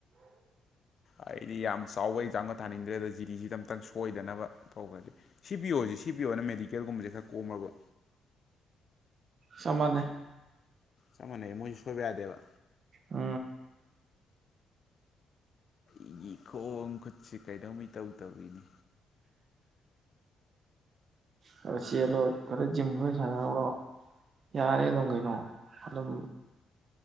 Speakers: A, on the left (about 50°); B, on the right (about 50°).
A: ꯍꯥꯏꯗꯤ ꯌꯥꯝ ꯆꯥꯎꯕ ꯑꯦꯛꯖꯥꯝꯒ ꯊꯥꯅꯤꯡꯗ꯭ꯔꯦꯗ ꯖꯤꯔꯤꯁꯤꯗ ꯑꯝꯇꯪ ꯁꯣꯏꯗꯅꯕ ꯇꯧꯒ꯭ꯔꯗꯤ꯫ ꯁꯤ ꯕꯤ ꯑꯣꯖꯦ ꯁꯤ ꯕꯤ ꯑꯣꯅ ꯃꯦꯗꯤꯀꯦꯜꯒꯨꯝꯕꯁꯦ ꯈꯔ ꯀꯣꯝꯕꯔꯕ
B: ꯆꯞ ꯃꯥꯟꯅꯩ꯫
A: ꯆꯞ ꯃꯥꯟꯅꯩ ꯃꯣꯏꯁꯨ ꯁꯣꯏꯕ ꯌꯥꯗꯦꯕ꯫
B: ꯑ
A: ꯑꯩꯒꯤ ꯈꯣꯡ ꯈꯨꯠꯁꯤ ꯀꯩꯅꯣꯝ ꯢꯇꯧ ꯇꯧꯏꯅꯦ꯫
B: ꯈꯔ ꯆꯦꯜꯂꯣ ꯈꯔ ꯖꯤꯝ ꯈꯔ ꯁꯥꯟꯅꯍꯧꯔꯣ ꯌꯥꯔꯦ ꯑꯗꯨꯝ ꯀꯩꯅꯣ꯫ ꯑꯗꯨꯝ